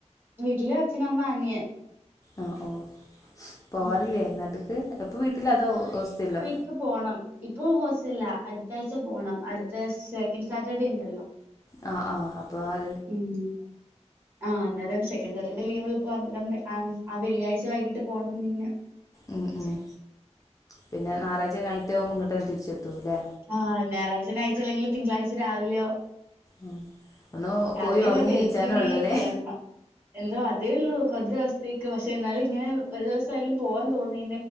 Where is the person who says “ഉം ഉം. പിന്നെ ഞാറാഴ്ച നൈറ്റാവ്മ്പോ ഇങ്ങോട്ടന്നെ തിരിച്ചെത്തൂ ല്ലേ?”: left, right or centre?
Left